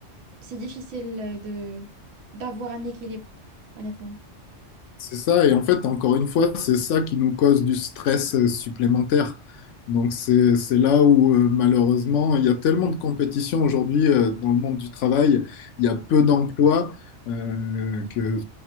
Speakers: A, on the right (about 85°); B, on the left (about 80°).
A: C'est difficile de, d'avoir un équilibre, honnêtement.
B: C'est ça, et en fait, encore une fois, c'est ça qui nous cause du stress euh, supplémentaire. Donc c'est c'est là où euh, malheureusement, il y a tellement de compétition aujourd'hui euh, dans le monde du travail, il y a peu d'emplois euh, que